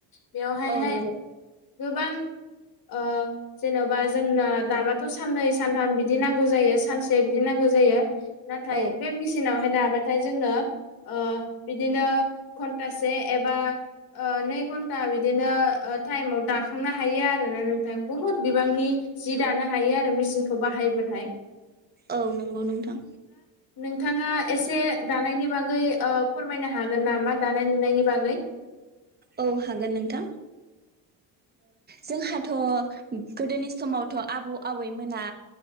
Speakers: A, on the left; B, on the right.
A: बेयावहाय
B: औ
A: हाय
B: नंगौ
A: गोबां ओ जेन'बा जोंनो दाबाथ' साननै सानथाम बिदि नांगौ जायो सानसे बिदि नांगौ जायो। नाथाय
B: औ
A: बे मेचिनावहाय दाबाथाय जोंनो ओ बिदिनो घन्टासे एबा नै घन्टा बिदिनो टाइमाव दाखांनो हायो आरोना नोंथां बुहुद बिबांनि जि दानो हायो आरो मेचिनखौ बाहाय बाथाय।
B: औ नंगौ नोंथां
A: नोंथाङा एसे दानायनि बागै ओ फोरमायनो हागोन नामा दानाय लुनायनि बागै?
B: औ हागोन नोंथां जोंहाथ' गोदोनि समावथ' आबौ आबैमोना